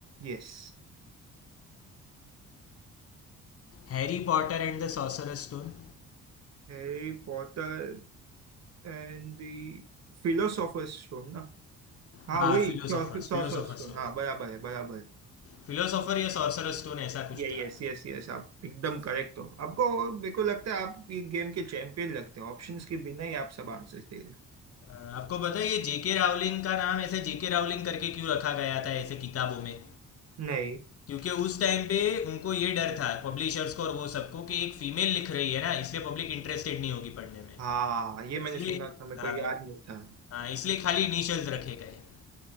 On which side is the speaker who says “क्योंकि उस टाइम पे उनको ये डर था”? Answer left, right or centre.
Left